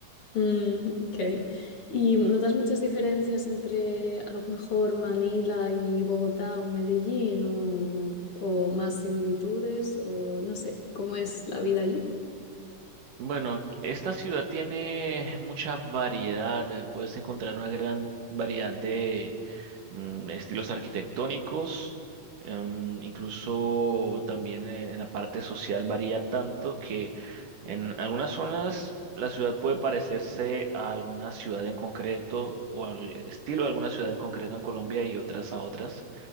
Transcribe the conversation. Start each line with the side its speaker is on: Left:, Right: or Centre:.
Left: Mm, <laughs> ok. ¿Y notas muchas diferencias entre a lo mejor Manila y Bogotá o Medellín o, o más similitudes o no sé, cómo es la vida allí?
Right: Bueno, esta ciudad tiene mucha variedad, eh, puedes encontrar una gran variedad de mm, estilos arquitectónicos, em, incluso también eh, en la parte social varía tanto que en algunas zonas la ciudad puede parecerse a alguna ciudad en concreto o al estilo de alguna ciudad en concreto en Colombia y otras a otras.